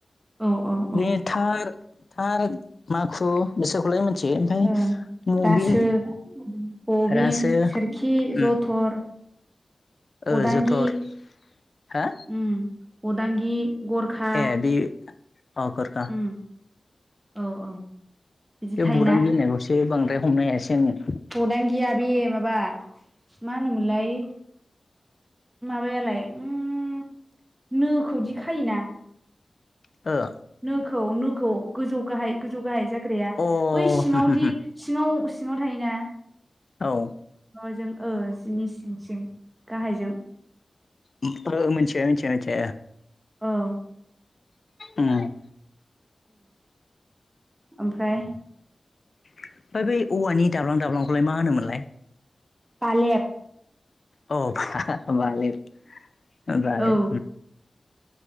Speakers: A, on the right (about 20°); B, on the left (about 60°).
A: औ औ औ
B: बे थार थार माखु बिसोरखौलाय मिथियो ओमफ्राय
A: ओं
B: मबिन
A: रासो बबिन
B: रासो
A: सोरखि
B: उम
A: जथर
B: ओ
A: अदांगि
B: जथर हा
A: उम अदांगि गरखा
B: ए बे अ गरखा
A: उम औ औ बिदि
B: बे
A: थायोना
B: बुरां गिनायखौसो बांद्राय हमनो हायासै आङो।
A: खौदां गिया बे माबा मा होनोमोनलाय माबायालाय उम नोंखौ दि खायोना
B: आङो
A: नोखौ नोखौ गोजौ गाहाय गोजौ गाहाय जाग्राया
B: ओ
A: बै सिङावदि
B: ओ अ
A: सिङाव सिङाव थायोना।
B: औ
A: माबाजों ओ जिनि सिं सिं गाहायजों
B: मिथिया मिथिया मिथि
A: औ
B: उम
A: ओमफ्राय
B: ओमफ्राय बै औवानि दाब्लां दाब्लांखौलाय मा होनोमोनलाय
A: फालेद
B: अ बालेथ बालेथ
A: औ